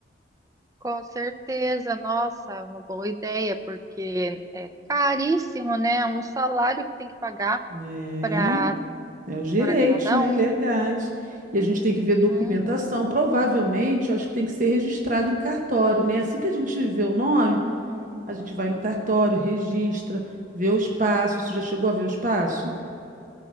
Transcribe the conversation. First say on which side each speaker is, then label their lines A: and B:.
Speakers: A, on the right; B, on the right.
A: Com certeza, nossa, uma boa ideia, porque é caríssimo, né? É Um salário que tem que pagar
B: É,
A: para
B: é os direitos,
A: para cada
B: né?
A: um.
B: Legais. E a gente tem que ver documentação.
A: Uhum,
B: Provavelmente, eu acho que tem que ser registrado em cartório, né? Assim que a gente vê o nome,
A: uhum.
B: a gente vai no cartório, registra, vê o espaço. Você já chegou a ver o espaço?